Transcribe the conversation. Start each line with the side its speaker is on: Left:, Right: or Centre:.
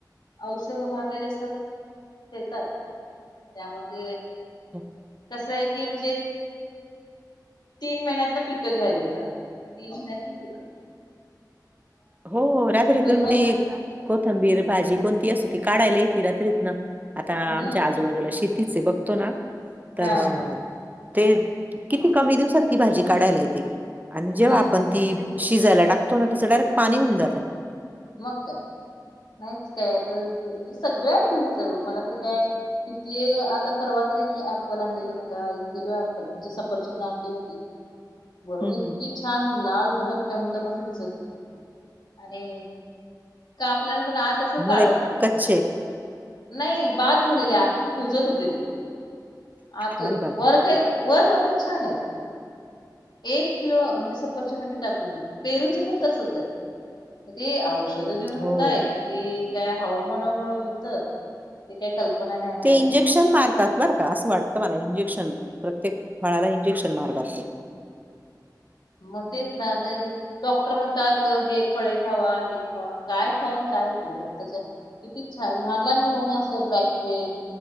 Left: औषध मारलेले असतात शेतात त्यामध्ये
Right: हम <unintelligible>
Left: कसं आहे की म्हणजे, तीन महिन्यात न पिकं घ्यालेत अता तीन महिन्यात न पिक
Right: हो रात्रीतून
Left: सगळं
Right: ती कोथंबीर भाजी कोणती असो ती काढायला येती रात्रीतनं आता
Left: हम्म
Right: आमच्या आजूबाजूला शेती तीच बघतो ना तर
Left: हा
Right: ते किती कमी दिवसात ती भाजी काढायला येते आणि जेव्हा
Left: हम्म
Right: आपण ती शिजायला टाकतो ना तीच डायरेक्ट पाणी होऊन जातं.
Left: मग काय नाहीच काय आता सगळ्यात भेटत ओ मला तर काय. किती आता परवा तर मी ऍप्पल आणलेली बघा एक किलो अँप्पल म्हणजे सफरचंद आणली होती. <inaudible> वरून
Right: हम्म
Left: इतकी
Right: हम्म.
Left: छान लाल भडक टमटम असे दिसत होते आणि कापल्या नंतर आत अस काळ
Right: मध्ये
Left: एकदम म्हणजे,
Right: कच्चे
Left: नाही बाद झालेली आतून कुजत होते ते, आतून
Right: अरे बापरे
Left: वर काय वर मात्र छान आहेत, एक किलो म्हणजे सफरचंद आमी टाकून दिली. पेरूच पण तसच आहे, ते औषध देऊन होतय
Right: हो.
Left: कि काय हवा कोणामुळे होत ते काही कल्पना नाही आपल्याला
Right: ते इंजेक्शन मारतात बर का असं वाटतं मला इंजेक्शन प्रत्येक फळाला इंजेक्शन मारतात ते.
Left: मग तेच ना आता हे डॉक्टर म्हणतात हे फळे खावा हे खावा काय खाऊन काय उपयोग त्याचा. किती छान लहान लहान मुलांना असं बॅक पेन